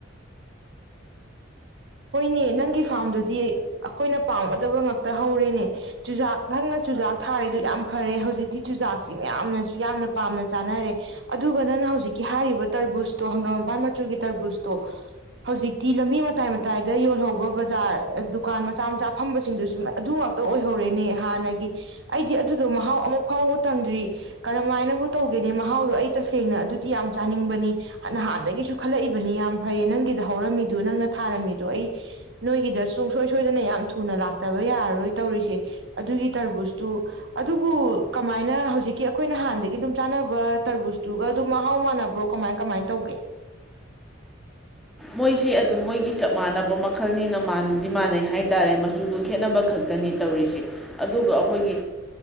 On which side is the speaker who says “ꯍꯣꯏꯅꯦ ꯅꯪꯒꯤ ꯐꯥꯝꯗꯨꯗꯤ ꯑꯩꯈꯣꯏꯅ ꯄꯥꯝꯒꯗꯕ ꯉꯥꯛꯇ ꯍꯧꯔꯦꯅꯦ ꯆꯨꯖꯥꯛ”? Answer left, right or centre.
Right